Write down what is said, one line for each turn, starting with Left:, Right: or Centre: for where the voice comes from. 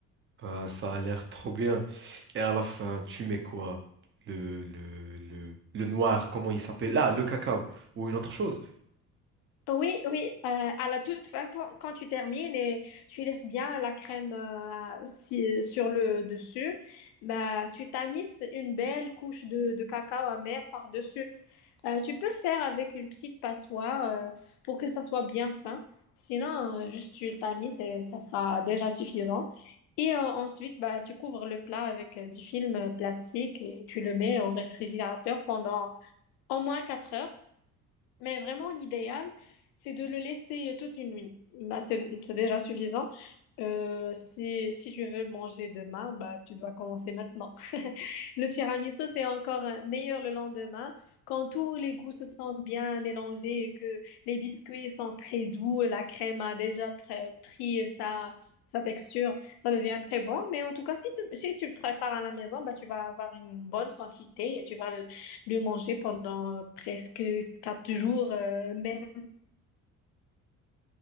Right: Ah, ça a l'air trop bien. Et à la fin, tu mets quoi? Le, le, le, le noir, comment il s'appelle? Ah, le cacao. Ou une autre chose.
Left: Oui, oui, euh, à la toute fin, quand, quand tu termines et tu laisses bien la crème euh, si- sur le dessus, bah, tu tamises une belle couche de, de cacao amer par-dessus. Euh, tu peux le faire avec une petite passoire euh, pour que ça soit bien fin. Sinon, euh, juste tu le tamises et ça sera déjà suffisant. Et euh, ensuite, bah, tu couvres le plat avec euh, du film euh, plastique et tu le mets au réfrigérateur pendant au moins 4 heures. Mais vraiment, l'idéal, c'est de le laisser toute une nuit. Bah, c'est c'est déjà suffisant. Euh, si, si tu veux le manger demain, bah, tu dois commencer maintenant. <laughs> Le tiramisu, c'est encore euh, meilleur le lendemain quand tous les goûts se sont bien mélangés et que les biscuits sont très doux, la crème a déjà pr- pris sa, sa texture, ça devient très bon. Mais en tout cas, si tu, si tu le prépares à la maison, bah, tu vas avoir une bonne quantité et tu vas le- plus mangé pendant presque quatre jours. euh, même.